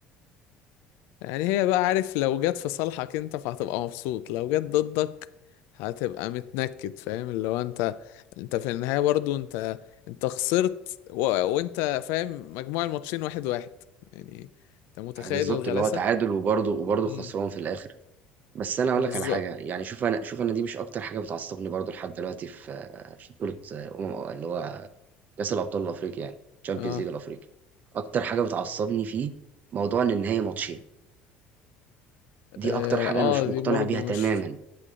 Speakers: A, on the left; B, on the right.
A: يعني هي بقى عارف لو جت في صالحك انت فهتبقى مبسوط لو جت ضدك هتبقى متنكد فاهم اللي هو انت انت في النهاية برضو انت انت خسرت و... وانت فاهم مجموع الماتشين واحد واحد يعني انت متخيل
B: آه، بالظبط
A: الغلاسة
B: اللي هو تعادل وبرضه وبرضه
A: امم
B: خسران في الاخر بس انا اقول
A: بالظبط
B: لك على حاجه يعني شوف انا شوف انا دي مش اكتر حاجه بتعصبني برضه لحد دلوقتي في آه، في بطوله آه، امم اللي هو كاس الابطال الافريقي يعني تشامبيونز
A: اه
B: ليج الافريقي اكتر حاجه بتعصبني فيه موضوع ان النهائي ماتشين
A: اه
B: دي اكتر حاجه
A: آه،
B: انا مش مقتنع
A: دي برضو
B: بيها تماما
A: مش